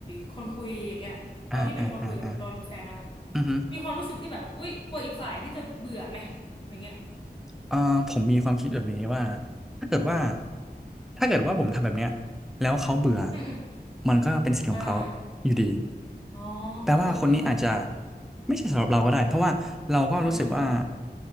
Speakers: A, on the left; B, in the centre.
A: คนคุยอย่างเงี้ยตอนที่เป็นคนคุยกับเป็นตอนเป็นแฟนนะ
B: อ่าอ่าอ่าอ่าอืมฮึ
A: มีความรู้สึกที่แบบอุ๊ยกลัวอีกฝ่ายที่จะเบื่อไหมอย่างเงี้ย
B: เอ่อผมมีความคิดแบบนี้ว่าถ้าเกิดว่าถ้าเกิดว่าผมทำแบบเนี้ยแล้วเขาเบื่อ
A: อืมอืม
B: มันก็เป็นสิทธิ์ของเขา
A: อ่าอ่า
B: อยู่ดี
A: อ๋อเออเออ
B: แปลว่าคนนี้อาจจะไม่ใช่สำหรับเราก็ได้เพราะว่าเราก็รู้สึกว่า
A: อ่า